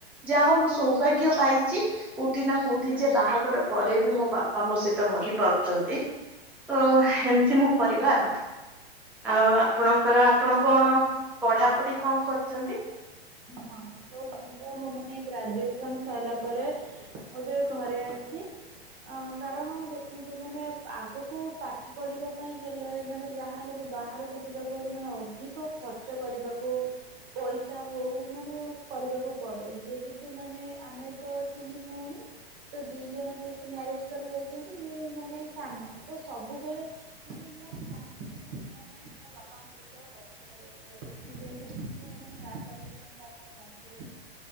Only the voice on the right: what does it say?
ହଁ ତ ମୁଁ ତ ମାନେ ଗ୍ରାଜୁଏସନ୍ ସରିଲା ପରେ ମୁଁ ତ ଘରେ ଅଛି ଅ କାରଣ ଦେଖନ୍ତୁ ମାନେ ଆଗକୁ ପାଠ ପଢିବା ପାଇଁ ହେଲେ ମାନେ ଯାହା ଯାହା ହେଲେବି ବାହାରକୁ ଯିବାକୁ ହେଲେ ମାନେ ଅଧିକ ଖର୍ଚ୍ଚ କରିବାକୁ ପଇସା ହଉ ମାନେ କରିବାକୁ ପଡ଼େ ଯେହେତୁ ମାନେ ଆମେ ତ ତିନି ଭଉଣୀ ତ ଦି ଜଣ ଯେହେତୁ ମ୍ୟାରେଜ କରି ଯାଇଚନ୍ତି ମୁଁ ମାନେ ସାନ ତସବୁବେଳେ ମାନେ ମୁଁ ଆଉ ଚାହୁଁନିଯେ ମୁଁ ମୋ ମୋ ପାଇଁ ମୋ ବାପାଙ୍କୁ ବେଶୀ ଆଉ କଷ୍ଟ କରିବାକୁ ପଡ଼ୁ ସେଯେହେତୁ ଦି ଥର ମାନେ ହାର୍ଟ ଅ ଅପେରସନ୍ ତ ଆପଣ ଜାଣିଥିବେ